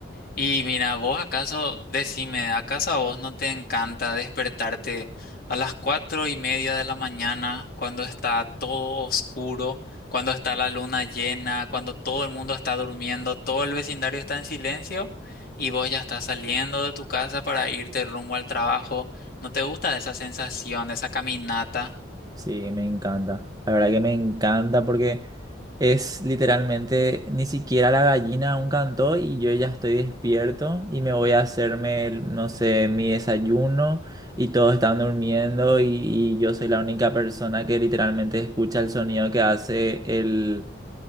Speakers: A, on the left; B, on the right.
A: Y mira, vos acaso, decime, ¿acaso a vos no te encanta despertarte a las cuatro y media de la mañana cuando está todo oscuro, cuando está la luna llena, cuando todo el mundo está durmiendo, todo el vecindario está en silencio y vos ya estás saliendo de tu casa para irte rumbo al trabajo? ¿No te gusta esa sensación, esa caminata?
B: Sí, me encanta. La verdad que me encanta porque es literalmente ni siquiera la gallina aún cantó y yo ya estoy despierto y me voy a hacerme, el- no sé, mi desayuno y todos están durmiendo y, y yo soy la única persona que literalmente escucha el sonido que hace el,